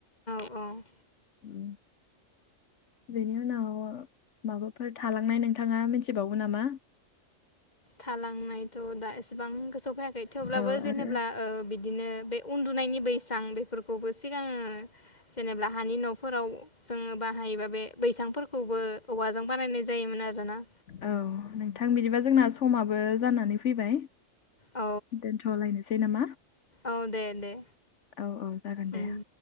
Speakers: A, on the left (about 35°); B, on the left (about 70°).
A: ओम
B: उम बेनि उनाव माबाफोर थालांनाय नोंथाङा मिथिबावो नामा?
A: थालांनायथ' दा एसेबां गोसोआव फैयाखै थेवब्लाबो
B: औ
A: जेनेब्ला
B: आरो
A: बिदिनो बे उन्दुनायनि बैसां बेफोरखौबो सिगाङो जेनेबा हानि न'फोराव जोङो बाहायोबा बे बैसांफोरखौबो औवाजों बानायनाय जायो। जायोमोन आरो ना।
B: औ नोंथां बिदिबा जोंना समाबो जानानै फैबाय।
A: औ
B: दोनथ'लायनोसै नामा।
A: औ दे दे।
B: औ औ जागोन
A: उम
B: दे।